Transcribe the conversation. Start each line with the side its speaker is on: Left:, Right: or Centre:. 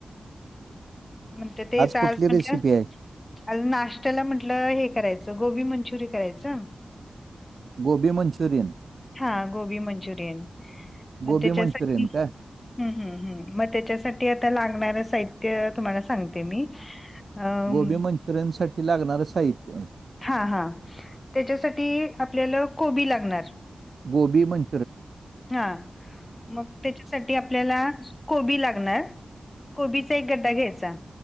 Left: म्हणते तेच आज
Right: कुठली
Left: म्हणल.
Right: रेसिपी आहे
Left: आज नाष्ट्याला म्हंटलं हे करायचं गोबी मंचुरि करायचं.
Right: गोबी मंचुरियन?
Left: हा गोबी मंचुरियन मग
Right: गोबी
Left: त्याच्यासाठी
Right: मंचुरियन का
Left: हम् हम् हम् म त्याच्यासाठी आता लागणारं साहित्य तुम्हाला सांगते मी. अम
Right: गोबी मंचुरियन साठी लागणारं साहित्य.
Left: हा हा त्याच्यासाठी आपल्याला कोबी लागणार.
Right: गोबी मं
Left: हा मग त्याच्यासाठी आपल्याला कोबी लागणार. कोबीचा एक गड्डा घ्यायचा.